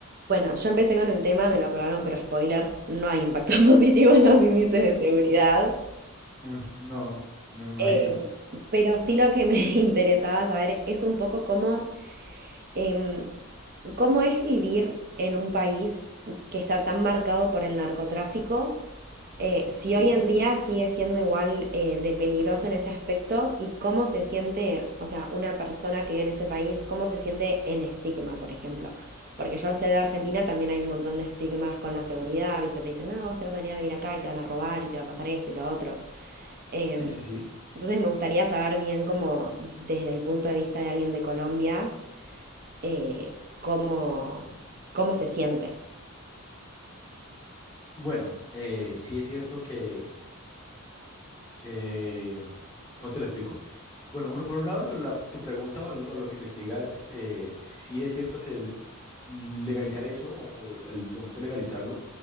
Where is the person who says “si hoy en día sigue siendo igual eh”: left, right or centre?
Right